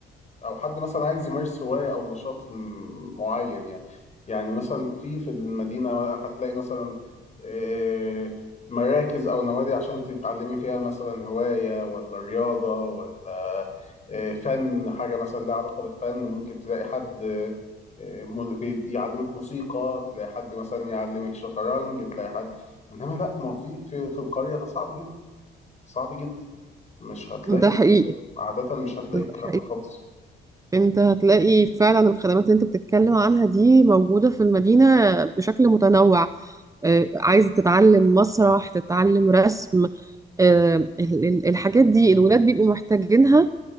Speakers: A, on the left (about 35°); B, on the right (about 15°).
A: او حد مثلا عايز يمارس هوايه او نشاط م- معين يعني يعني مثلا في في المدينه بقى هتلاقي مثلا آه، مراكز او نوادي عشان تتعلمي فيها مثلا هوايه ولا رياضه ولا آه، فن حاجه مثلا لها علاقه بالفن ممكن تلاقي حد آه، م- بي- يعلمك موسيقى تلاقي حد مثلا يعلمك شطرنج تلاقي حد انما لا ما في في في القريه ده صعب جدا صعب جدا مش هتلاقي
B: ده حقيقي
A: ده عادة مش هتلاقي
B: ده
A: الكلام
B: حقيقي
A: ده خالص
B: انت هتلاقي فعلا الخدمات اللي انت بتتكلم عنها دي موجودة في المدينة بشكل متنوع آه، عايز تتعلم مسرح تتعلم رسم آه، ال- ال- الحاجات دي الولاد بيبقوا محتاجينها